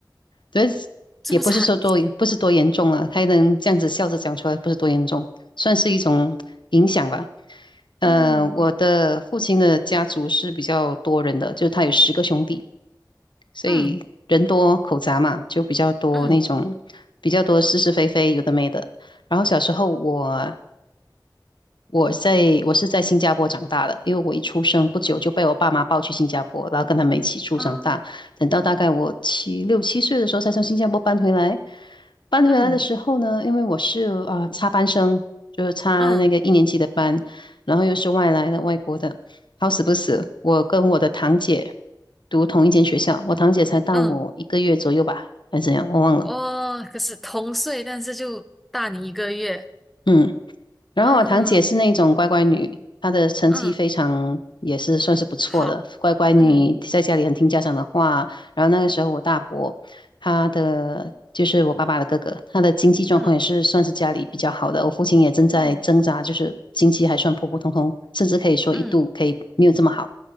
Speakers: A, on the left; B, in the centre.
A: 但是也不是说多，
B: 这么惨，
A: 不是多严重啊，还能这样子笑着讲出来，不是多严重，算是一种影响吧。呃，
B: 嗯
A: 我的父亲的家族是比较多人的，就是他有十个兄弟。所以人多口杂嘛，
B: 嗯
A: 就比较多那种比较多是是非非，
B: 嗯
A: 有的没的。然后小时候我我在我是在新加坡长大的，因为我一出生不久就被我爸妈抱去新加坡，然后跟他们一起住长大。
B: 嗯
A: 等到大概我七六七岁的时候，才从新加坡搬回来。搬回来的时候呢，
B: 嗯
A: 因为我是啊、呃插班生，就是插那个一年级的班，
B: 嗯
A: 然后又是外来的外国的，好死不死，我跟我的堂姐读同一间学校，我堂姐才大我一个月左右吧，
B: 嗯，
A: 还是怎样，我忘了。
B: 哦，可是同岁，但是就大你一个月，
A: 嗯。然后我堂姐是那种乖乖女，
B: 嗯
A: 她的成绩非常也是算是不错的，
B: 嗯，好，
A: 乖乖女在家里很听家长的话。
B: 嗯
A: 然后那个时候我大伯，他的就是我爸爸的哥哥，他的经济状况也是算是家里比较好的。
B: 嗯
A: 我父亲也正在挣扎，
B: 嗯
A: 就是经济还算普普通通，甚至可以说一度可以没有这么好，
B: 嗯。